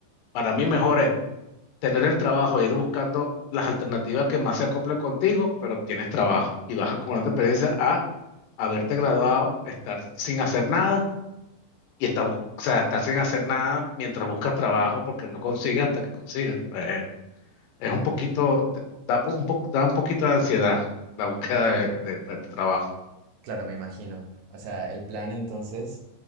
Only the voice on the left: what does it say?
para mí mejor es tener el trabajo, e ir buscando las alternativas que más se acoplen contigo, pero obtienes trabajo y vas acumulando experiencia a haberte graduado, estar sin hacer nada y estar, bus- o sea, estar sin hacer nada mientras buscas trabajo porque no consigues hasta que consigas. Eh, es un poquito, te- da po- un, po- da un poquito de ansiedad la búsqueda
de, de- de trabajo.